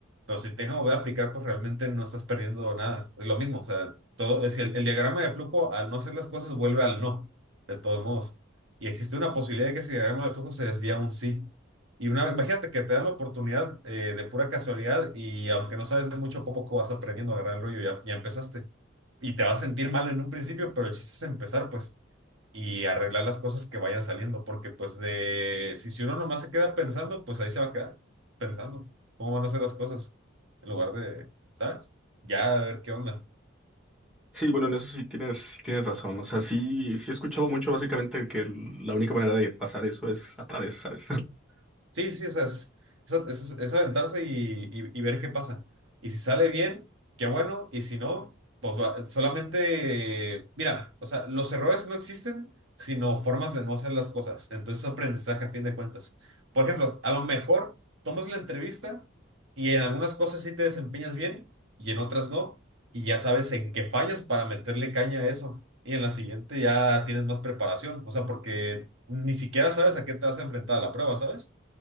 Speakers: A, on the right; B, in the centre.
A: Pero si te dejan volver a aplicar, pues realmente no estás perdiendo nada. Es lo mismo, o sea, todo, es el, el diagrama de flujo, al no hacer las cosas, vuelve al no, de todos modos. Y existe una posibilidad de que ese diagrama de flujo se desvía a un sí. Y una, imagínate que te dan la oportunidad eh, de pura casualidad y aunque no sabes de mucho, poco vas aprendiendo a agarrar el rollo, ya, ya empezaste y te vas a sentir mal en un principio, pero el chiste es empezar, pues, y arreglar las cosas que vayan saliendo, porque pues de, si, si uno nomás se queda pensando, pues ahí se va a quedar pensando cómo van a ser las cosas, en lugar de, ¿sabes? Ya a ver qué onda.
B: Sí, bueno, en eso sí tienes, sí tienes razón. O sea, sí, sí he escuchado mucho básicamente que el- la única manera de pasar eso es a través, ¿sabes? <laughs>
A: Sí, sí, o sea, es, es- es- es aventarse y, y- y ver qué pasa. Y si sale bien, qué bueno, y si no, pues va- solamente, mira, o sea, los errores no existen, sino formas de no hacer las cosas. Entonces, aprendizaje a fin de cuentas. Por ejemplo, a lo mejor tomas la entrevista y en algunas cosas sí te desempeñas bien y en otras no, y ya sabes en qué fallas para meterle caña a eso. Y en la siguiente ya tienes más preparación, o sea, porque ni siquiera sabes a qué te vas a enfrentar a la prueba, ¿sabes?